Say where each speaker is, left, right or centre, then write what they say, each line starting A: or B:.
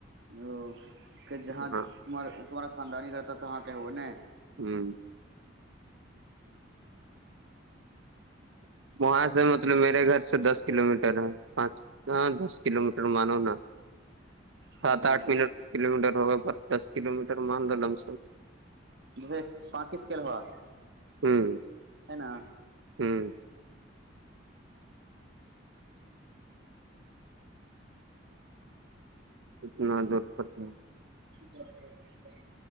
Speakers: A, on the right (about 60°); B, on the right (about 80°).
A: ا کہ جہاں
B: تھا ہاں
A: تمہارا تمہارا خاندانی کاتا تھااں کہو ن
B: ہوں وہاں سے مطلب میرے گھر سے دس کلو میٹر ہے پانچ ہاں دس کلو میٹر مانو نا
A: ہ
B: سات آٹھ ملٹر کلو میٹر ہوگا دس کلو میٹر مان رہا لمسم
A: جیسے پاناکسکل ہوا
B: ہوں
A: ہے نا
B: ہوں اتنا دور کر ہے
A: ڈاکٹر